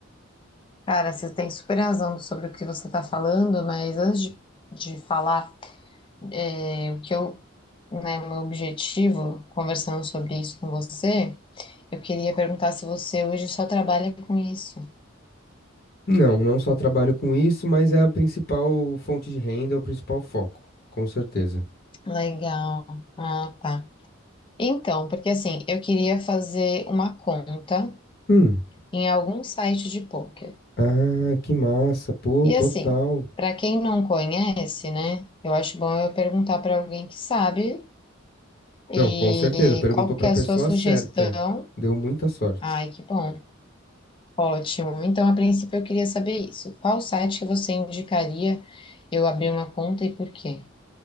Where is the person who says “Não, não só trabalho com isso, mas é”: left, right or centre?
Left